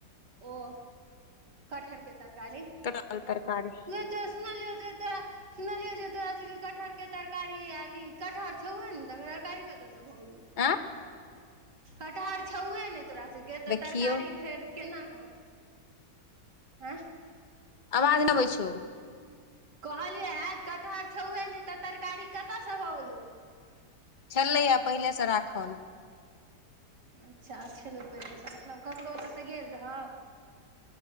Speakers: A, on the right; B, on the left.
A: ओ कटहर के तरकारी
B: तऽल तरकारी
A: यै तोरा सुनलियौ जे तोरा सुनलियौ जे तोरा सबके कटहर के तरकारी अथी कटहर छौउहे नै त तरकारी कतयसँ भऽ गेलै
B: आँ
A: कटहर छौहे नै तोरा सब के तऽ
B: देखियौ
A: तरकारी फेर केना कऽ आँ
B: आवाज नहि अबै छौ
A: कहलियै कटहर छौहे ने तऽ तरकारी कतयसँ भलौ
B: छलै या पहिलेसँ राखल
A: अच्छा छललौ पहिलेसँ मतलब ककरो ओतऽसँ गेल रहौ